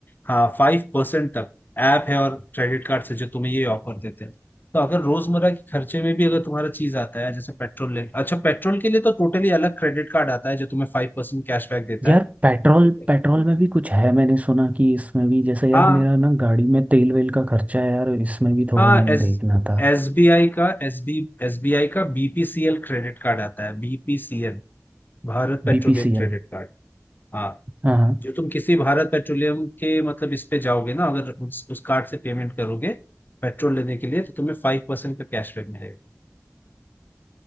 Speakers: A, on the left; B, on the right.
A: हाँ फाइव परसेंट तक ऐप है और क्रेडिट कार्ड से जो तुम्हें ये ऑफर देते हैं तो अगर रोजमर्रा के खर्चे में भी अगर तुम्हारा चीज आता है जैसे पेट्रोल ले अच्छा पेट्रोल के लिए तो टोटली अलग क्रेडिट कार्ड आता है जो तुम्हें फाइव परसेंट कैशबैक देता
B: यार
A: है
B: पेट्रोल
A: ठीक है
B: पेट्रोल में भी कुछ है मैंने सुना कि इसमें भी जैसे यार
A: हाँ
B: मेरा ना गाड़ी में तेल वेल का खर्चा है यार इसमें भी थोड़ा
A: हाँ
B: मैंने
A: एस
B: देखना था
A: एस बी आई का एस बी एस बी आई का बीपीसीएल क्रेडिट कार्ड आता है BPCL Bharat Petroleum
B: बीपीसीएल
A: credit card हाँ
B: हाँ हाँ
A: जो तुम किसी भारत पेट्रोलियम के मतलब इस पे जाओगे ना अगर उस, उस कार्ड से पेमेंट करोगे पेट्रोल लेने के लिए तो तुम्हें फाइव परसेंट का कैशबैक मिलेगा